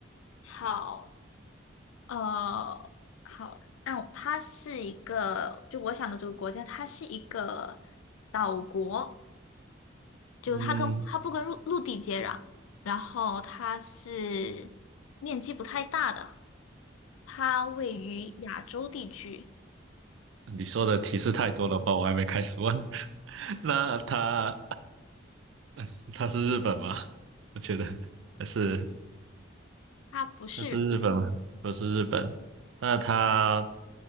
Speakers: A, on the left; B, on the right.
A: 好，呃，好，让我它是一个，就我想的这个国家，它是一个岛国。就它跟它不跟陆陆地接壤，
B: 嗯，
A: 然后它是面积不太大的，它位于亚洲地区，
B: 你说的提示太多了吧？我还没开始问。<laughs> 那他 <laughs> 他是日本吗？我觉得还是
A: 它不是
B: 他是日本吗？不是日本。那他